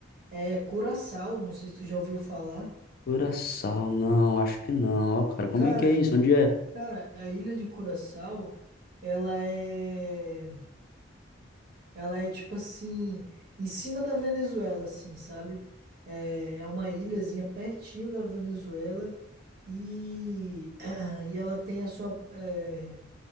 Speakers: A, on the right; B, on the left.
A: é Curaçao. Não sei se tu já ouviu falar.
B: Curaçao, não, acho que não, ó, cara. Como
A: Cara,
B: é que é isso? Onde é?
A: cara, a ilha de Curaçao, ela é. Ela é tipo assim, em cima da Venezuela, assim, sabe? É, é uma ilhazinha pertinho da Venezuela e, <clears throat> e ela tem a sua, é,